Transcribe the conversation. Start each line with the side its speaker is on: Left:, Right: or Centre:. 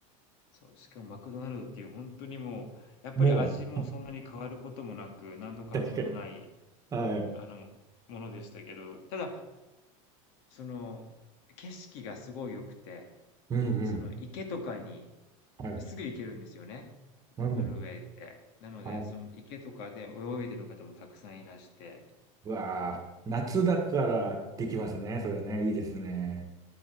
Left: そう、しかもマクドナルドっていうほんとにもう、やっぱり味もそんなに変わることもなく、
Right: もう、
Left: 何の感動もない、
Right: 確かに。はい。
Left: あの、ものでしたけど、ただ、その、景色がすごい良くて、
Right: うんうん。
Left: その池とかに
Right: はい。
Left: すぐ行けるんですよね。
Right: うん。
Left: ノルウェーって。なので、
Right: はい。
Left: その池とかで泳いでる方もたくさんいらして、
Right: うわあ、夏だからできますね。それね。いいですね。